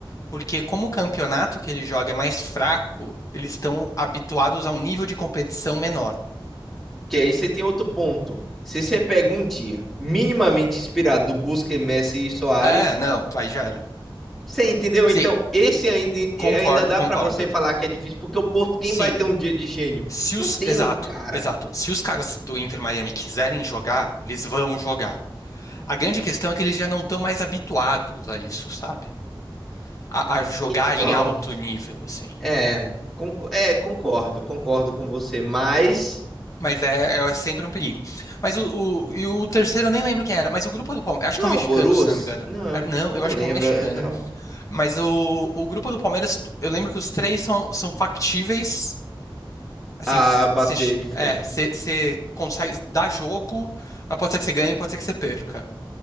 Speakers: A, on the left; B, in the centre.
A: porque como o campeonato que ele joga é mais fraco, eles estão habituados a um nível de competição menor.
B: que aí você tem outro ponto. Se você pega um dia minimamente inspirado do Busquets, Messi e Soares,
A: É, não, aí já era.
B: você entendeu?
A: Sim,
B: Então, esse ainda,
A: concordo,
B: ainda dá
A: concordo.
B: para você falar que é difícil, porque o Porto, quem
A: Sim,
B: vai ter um dia de gênio?
A: Se os,
B: Não tem
A: exato,
B: um cara.
A: exato. Se os caras do Inter Miami quiserem jogar, eles vão jogar. A grande questão é que eles já não estão mais habituados a isso, sabe? A, a jogar
B: Então,
A: em alto nível, assim.
B: É, conco- é, concordo, concordo com você, mas
A: Mas é, é sempre um perigo. Mas o, o, e o terceiro eu nem lembro quem era, mas o grupo do Palmeiras, acho
B: não
A: que é um
B: é
A: mexicano,
B: o Borus?
A: se não me engano.
B: Não,
A: Ah,
B: é-
A: Não, eu
B: não
A: acho
B: lembro
A: que é um mexicano.
B: é, é-
A: Mas o, o grupo do Palmeiras, eu lembro que os três são, são factíveis. Assim,
B: a bater
A: você
B: de frente.
A: é, cê- cê consegue dar jogo, mas pode ser que você ganhe, pode ser que você perca.